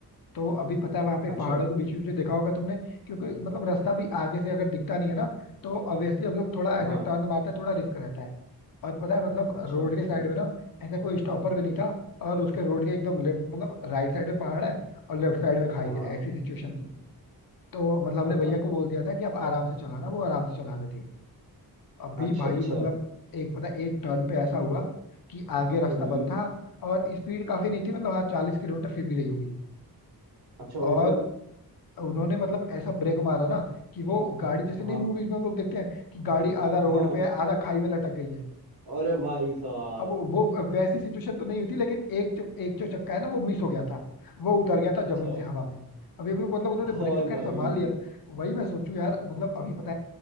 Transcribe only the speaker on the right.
अच्छा
हाँ
अच्छा
अच्छा
हाँ
<laughs>
अच्छा
अच्छा
हम्म हम्म।
अच्छा भाई
फिर
हाँ
हाँ
अरे भाई साहब
अच्छा
और
भाई